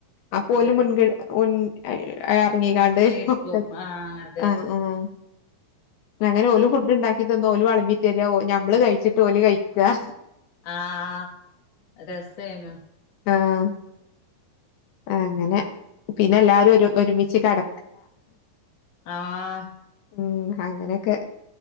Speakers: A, on the left; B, on the left.
A: അപോലും
B: അതെ
A: മുൻഗഡ് മുൻ എർങ്ങീകാണ്ട്
B: മുൻകൈ എടുക്കും
A: ഒക്കെ
B: ആഹ് അതെ
A: ആഹ് ആഹ് അങ്ങനെ ഓല് ഫുഡ് ണ്ടാക്കി തന്നോഓല് വളമ്പി തെരാഞമ്മള് കഴിച്ച്ട്ട് ഓല്കഴി ക്കാ
B: ആഹ് രസേനു
A: ആഹ് ആഹ് അങ്ങനെ പിന്നെ എല്ലാരും ഒരു ഒരുമിച്ച് കെട
B: ആഹ്
A: ഉം അങ്ങനെയൊക്കെ.